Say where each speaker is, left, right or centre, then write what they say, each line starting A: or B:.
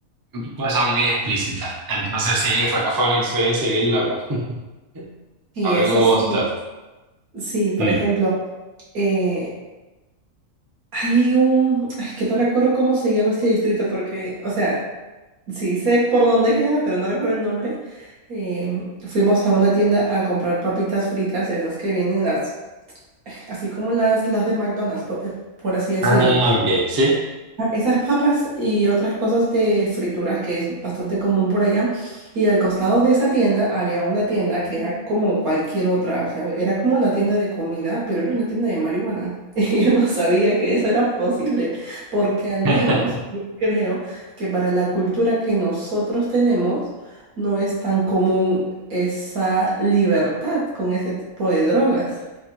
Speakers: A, on the right; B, on the right.
A: cosas muy explícitas. Entonces sí, fue, fue una experiencia bien loca. <laughs>
B: Y
A: A mí
B: eso
A: me
B: sí,
A: gustó.
B: sí, por
A: Mm.
B: ejemplo. eh, hay un, es que no recuerdo cómo se llama este distrito porque, o sea, sí sé por dónde queda, pero no recuerdo el nombre. Em, fuimos a una tienda a comprar papitas fritas, esas que vienen las, así como las, las de McDonald's, po- eh, por, así decirlo.
A: Ah, ok, sí.
B: Esas papas y otras cosas de frituras que es bastante común por allá. Y al costado de esa tienda había una tienda que era como cualquier otra, o sea, era como una tienda de comida, pero era una tienda de marihuana. <laughs> Y yo no sabía que eso era posible, porque al
A: <laughs>
B: menos yo creo que para la cultura que nosotros tenemos no es tan común esa libertad con ese tipo de drogas.